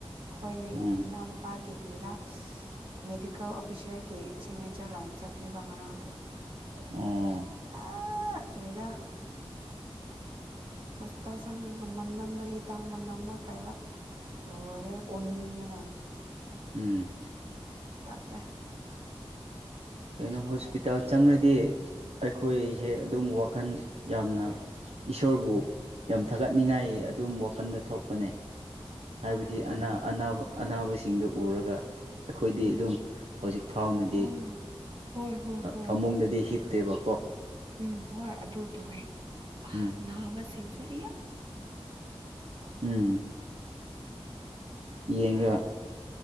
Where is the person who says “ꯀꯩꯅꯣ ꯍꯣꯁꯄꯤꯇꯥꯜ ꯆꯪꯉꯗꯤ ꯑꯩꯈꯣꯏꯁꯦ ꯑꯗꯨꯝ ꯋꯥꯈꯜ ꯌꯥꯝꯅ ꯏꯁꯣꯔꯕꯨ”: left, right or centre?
Right